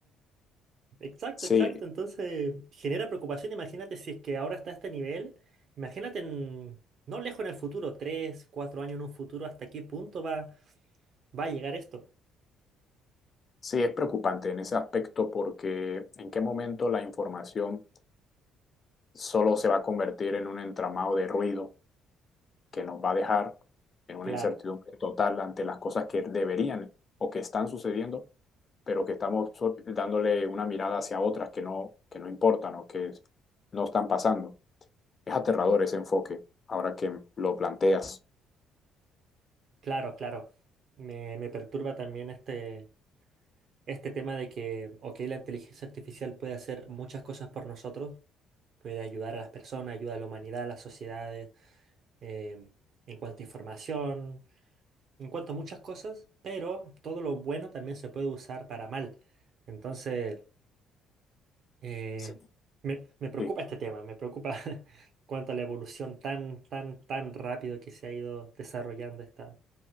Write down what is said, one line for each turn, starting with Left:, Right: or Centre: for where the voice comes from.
Right: Exacto,
Left: Sí,
Right: exacto. Entonces genera preocupación. Imagínate si es que ahora está a este nivel. Imagínate en- no lejos en el futuro, tres, cuatro años en un futuro, ¿hasta qué punto va, va a llegar esto?
Left: sí, es preocupante en ese aspecto porque en qué momento la información solo se va a convertir en un entramado de ruido que nos va a dejar en una
Right: Claro.
Left: incertidumbre total ante las cosas que deberían o que están sucediendo pero que estamos so- dándole una mirada hacia otras que no, que no importan o que no están pasando. Es aterrador ese enfoque, ahora que lo planteas.
Right: Claro, claro. Me, me perturba también este, este tema de que, ok, la inteligencia artificial puede hacer muchas cosas por nosotros, puede ayudar a las personas, ayuda a la humanidad, a las sociedades, em, en cuanto a información, en cuanto a muchas cosas, pero todo lo bueno también se puede usar para mal. Entonces, eh,
Left: Sí,
Right: me, me preocupa
Left: sí,
Right: este tema, me preocupa <laughs> cuanto a la evolución tan, tan, tan rápido que se ha ido desarrollando esta,